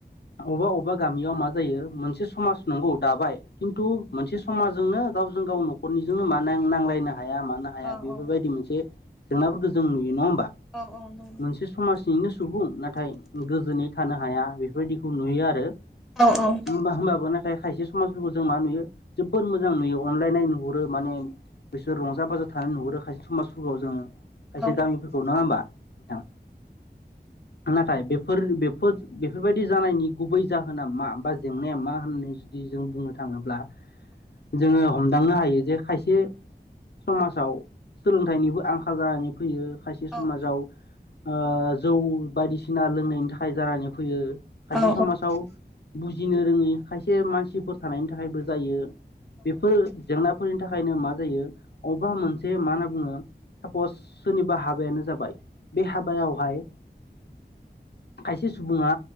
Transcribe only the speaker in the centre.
औ
औ
औ औ नंगौ
औ औ औ
औ
<inaudible>
औ
औ